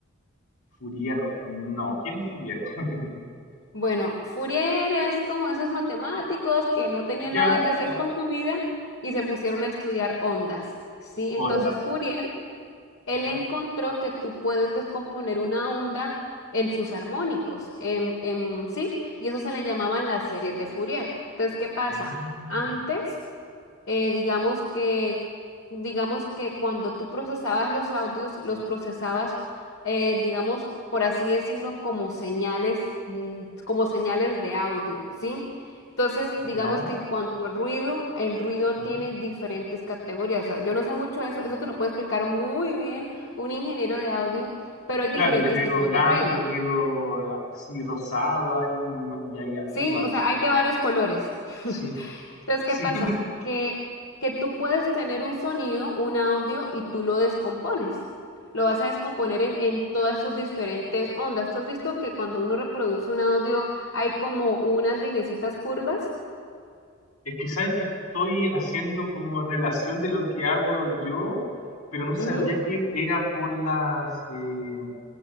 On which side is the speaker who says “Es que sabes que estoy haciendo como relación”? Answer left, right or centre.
Left